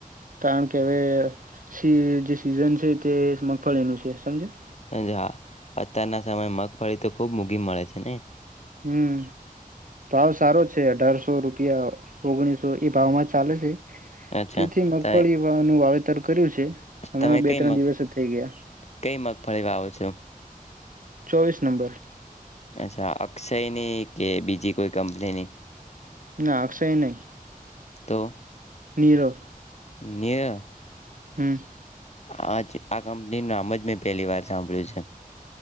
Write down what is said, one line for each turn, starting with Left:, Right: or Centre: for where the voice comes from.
Right: કારણ કે હવે સી જે સીઝન છે તે મગફળીનું છે સમજયા
Left: હા અત્યારના સમય મગફળી તો ખુબ મૂઘી મળે છે ને
Right: હમ ભાવ સારો છે અઢારસો રૂપિયા ઓગણીસો એ ભાવમાં ચાલે છે
Left: અચ્છા
Right: તેથી મગફળી
Left: ત
Right: નું વાવેતર કર્યું છે હમણાં
Left: તમે
Right: બે
Left: કઈ
Right: ત્રણ
Left: મગ
Right: દિવસ થઈ ગયા.
Left: કઈ મગફળી વાવો છો
Right: ચોવીસ નંબર.
Left: અચ્છા અક્ષયની કે બીજી કોઈ કંપનીની.
Right: ના અક્ષય નહી.
Left: તો.
Right: નીરવ.
Left: નીરવ.
Right: હમ.
Left: આજ આ કંપનીનું નામ જ મેં પહેલી વાર સાંભળ્યું છે.